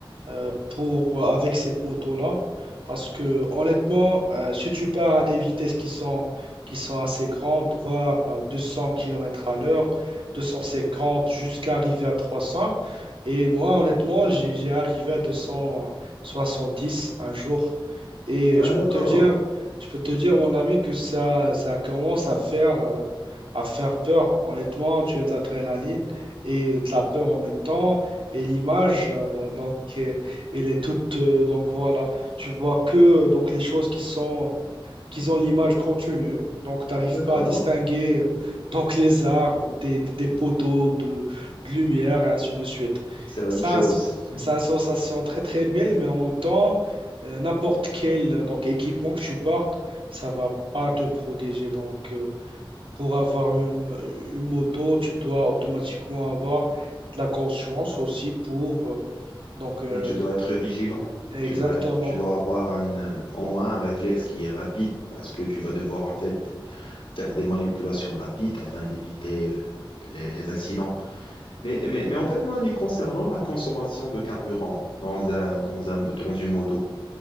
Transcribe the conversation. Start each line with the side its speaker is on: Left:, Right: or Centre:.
Right: euh, pour, avec cette moto-là. Parce que honnêtement, euh, si tu pars à des vitesses qui sont, qui sont assez grandes, voire euh, 200 km à l'heure, 250 jusqu'à arriver à 300, et moi honnêtement, j'ai, j'ai arrivé à 270 un jour. Et euh,
Left: Ah,
Right: je
Left: d'accord,
Right: peux te dire, je peux te dire, mon ami, que ça, ça commence à faire. euh, à faire peur. Honnêtement, tu as de l'adrénaline et de la peur en même temps. Et l'image, euh, donc, euh, elle est toute. euh, donc voilà, tu vois que donc les choses qui sont, qui ont l'image continue. Donc, tu n'arrives
Left: d'accord.
Right: pas à distinguer euh, donc les arbres des, des, des poteaux de, de lumière et ainsi de suite.
Left: C'est la
Right: Ça,
Left: même chose.
Right: c'est
Left: <laughs>
Right: c'est une sensation très très belle, mais en même temps, euh, n'importe quel euh, donc équipement que tu portes, ça va pas te protéger. Donc, euh, pour avoir une, une moto, tu dois automatiquement avoir de la conscience aussi pour... euh, donc, euh,
Left: Mais Tu dois être vigilant.
Right: exactement.
Left: Et Tu dois être, tu dois avoir un, euh, au moins un réflexe qui est rapide parce que tu vas devoir, en fait, faire des manipulations rapides afin d'éviter, euh, les les accidents. Mais, mais, mais en fait, mon ami, concernant la consommation de carburant dans un, dans un, dans une moto,